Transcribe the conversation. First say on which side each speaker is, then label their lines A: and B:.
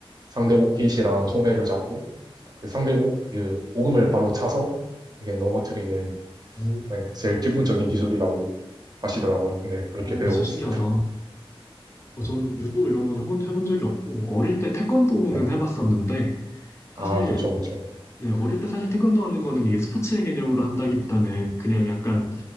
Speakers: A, on the right; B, on the left.
A: 상대 옷깃이랑 소매를 잡고 사- 그 상대 옷 그 오금을 발로 차서 이게 넘어뜨리는
B: 오,
A: 네, 제일 기본적인 기술이라고 하시더라고요. 네, 그렇게
B: 어,
A: 배우고
B: 진짜
A: 있습니다.
B: 신기하다. 어, 저는 유도 이런 건 한 번도 해본 적이 없고, 어릴 때 태권도는
A: 네.
B: 해봤었는데, 사실,
A: 아, 그쵸, 그쵸.
B: 네, 어릴 때 사실 태권도 하는 거는 이게 스포츠의 개념으로 한다기보다는 그냥 약간